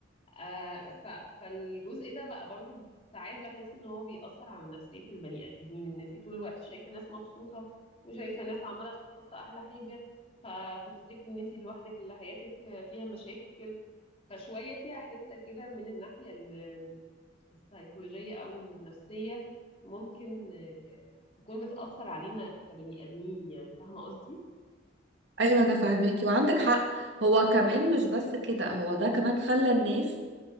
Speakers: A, on the left; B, on the right.
A: آه ف... فالجزء ده بقى برضو ساعات بحس ان هو بيأثر على نفسية البني ادمين ان انت طول الوقت شايفة ناس مبسوطة وشايفة ناس عمالة تحط احلى حاجة ف... فتفتكري ان انت لوحدك اللي حياتك فيها مشاكل فشوية فيها حتة كده من الناحية ال- السيكولوجية او النفسية ممكن آه، تكون بتأثر علينا كبني ادمين يعني فاهمة قصدي؟
B: أيوة أنا فاهماكي وعندك حق هو كمان مش بس كده هو ده كمان خلى الناس